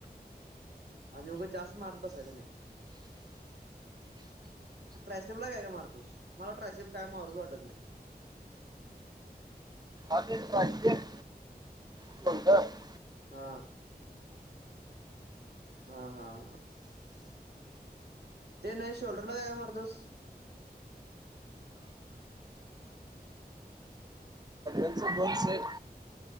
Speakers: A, on the right (about 80°); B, on the right (about 25°).
A: आणि उगच जास्त मारत बसायचं नाही. ट्रायसेबला काय काय मारतोस, मला ट्रायसेब काय मारूच वाटत नाही.
B: आधी ट्रायसेब. <unintelligible>
A: हा, हा हा हा. ते नाही, शोल्डरला काय काय मारतोस.
B: त्यांच दोन सेट.